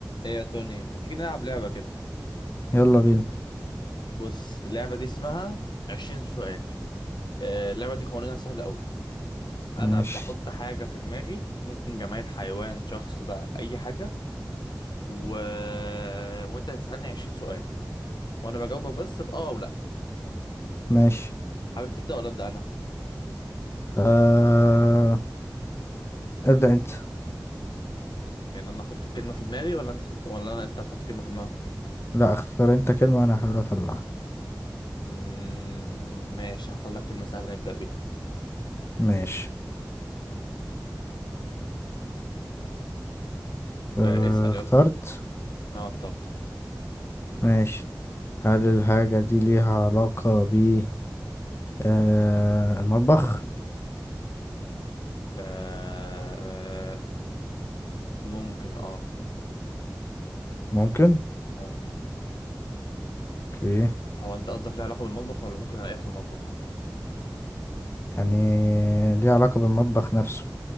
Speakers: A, on the left (about 80°); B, on the left (about 35°).
A: ايه يا توني ما تيجي نلعب لعبة كده
B: يلا بينا
A: بص اللعبة دي اسمها عشرين سؤال آه، اللعبة دي قوانينها سهلة قوي انا
B: ماشي
A: بحط حاجة في دماغي ممكن جماد حيوان شخص بقى اي حاجة و... وانت هتسألني عشرين سؤال وانا بجاوبك بس بأه او لا
B: ماشي
A: حابب تبدأ ولا أبدأ انا
B: آه... ابدأ انت
A: يعني انا احط الكلمة في دماغي ولا انت تحط ولا أنا... انت هتحط كلمة في دماغك
B: لا اختار انت كلمة وانا هحاول اطلعها
A: مم... ماشي هختار لك كلمة سهلة نبدأ بيها
B: ماشي آه...
A: آه، اسأل
B: اخترت
A: يلا انا اخترت
B: ماشي هل الحاجة دي ليها علاقة ب آه... المطبخ
A: آه... آه، ممكن اه
B: ممكن
A: ممكن
B: اوكي
A: هو انت قصدك ليه علاقة بالمطبخ ولا ممكن الاقيها في المطبخ
B: يعني ليها علاقة بالمطبخ نفسه